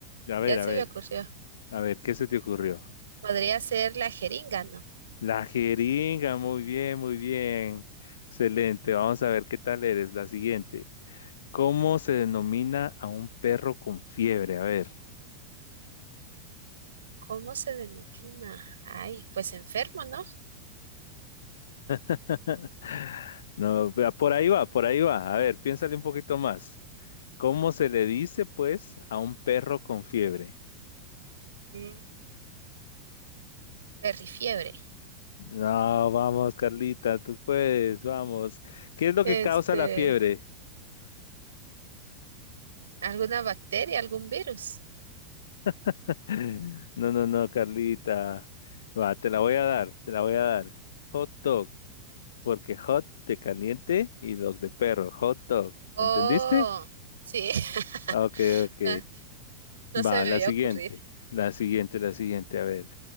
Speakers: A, on the left; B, on the right.
A: A
B: Ya
A: ver,
B: se
A: a ver,
B: me ocurrió.
A: a ver, ¿qué se te ocurrió?
B: Podría ser la jeringa, ¿no?
A: La jeringa, muy bien, muy bien. Excelente, vamos a ver qué tal eres. La siguiente. ¿Cómo se denomina a un perro con fiebre? A ver.
B: ¿Cómo se denomina? Ay, pues enfermo, ¿no?
A: <laughs> No, vea, por ahí va, por ahí va. A ver, piénsale un poquito más. ¿Cómo se le dice, pues, a un perro con fiebre?
B: Mm, perrifiebre.
A: No, vamos, Carlita, tú puedes, vamos. ¿Qué es lo
B: Este,
A: que causa la fiebre?
B: ¿alguna bacteria, algún virus?
A: <laughs> No, no, no, Carlita. Va, te la voy a dar, te la voy a dar. Hot dog, porque hot de caliente y dog de perro, hot dog.
B: Oh,
A: ¿Entendiste?
B: sí,
A: Ok,
B: <laughs>
A: ok.
B: no, no
A: Va,
B: se me
A: la
B: había
A: siguiente,
B: ocurrido.
A: la siguiente, la siguiente. A ver,